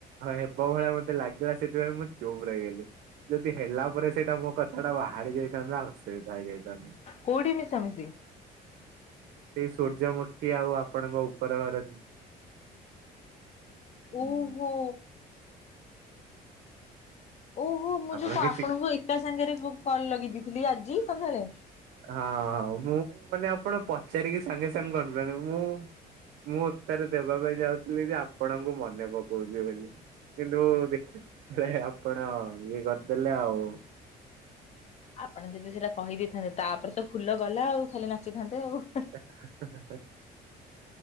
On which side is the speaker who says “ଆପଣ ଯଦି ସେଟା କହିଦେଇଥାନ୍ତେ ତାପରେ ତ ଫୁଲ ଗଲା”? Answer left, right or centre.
Left